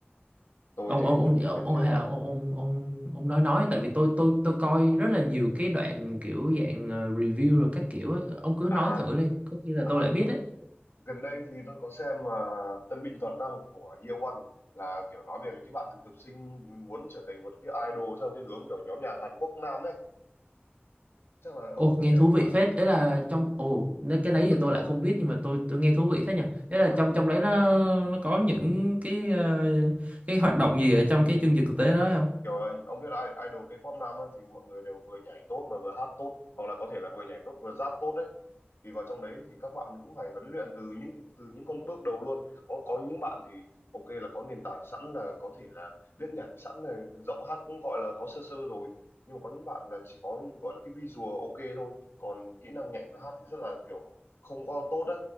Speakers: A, on the left (about 80°); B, on the right (about 35°).
A: tôi
B: ông
A: thì
B: ông ông
A: đợt
B: ông
A: trước
B: hay ông ông ông, ông nói nói tại vì tôi tôi tôi coi rất là nhiều cái đoạn kiểu dạng ờ, review rồi các kiểu ấy. Ông cứ
A: à
B: nói thử đi có khi là
A: à
B: tôi lại biết đấy
A: gần đây thì tôi có xem mà Tân binh toàn năng của Year One là kiểu nói về mấy cái bạn thực tập sinh muốn trở thành một cái idol theo cái hướng kiểu nhóm nhà Hàn Quốc Nam ấy chắc là
B: Ồ,
A: ông không
B: nghe
A: xem
B: thú
A: nhưng
B: vị
A: mà
B: phết. Đấy là trong ồ, nếu cái đấy
A: có trước
B: thì
A: đây
B: tôi
A: ông
B: lại không biết nhưng mà tôi tôi nghe thú vị thế nhỉ. Đấy là
A: nhưng mà
B: trong trong đấy nó nó có những cái ờ, cái hoạt động gì ở trong cái chương trình thực tế đó không?
A: kiểu ờ, ông biết ai idol K-pop nam á, thì mọi người đều vừa nhảy tốt mà vừa hát tốt hoặc là có thể là vừa nhảy tốt vừa rap tốt đấy thì vào trong đấy thì các bạn cũng phải huấn luyện từ những từ những con bước đầu luôn có có những bạn thì ok là có nền tảng sẵn là có thể là biết nhảy sẵn này giọng hát cũng gọi là có sơ sơ rồi nhưng mà có những bạn là chỉ có gọi là cái visual ok thôi còn kỹ năng nhảy và hát thì rất là kiểu không có tốt á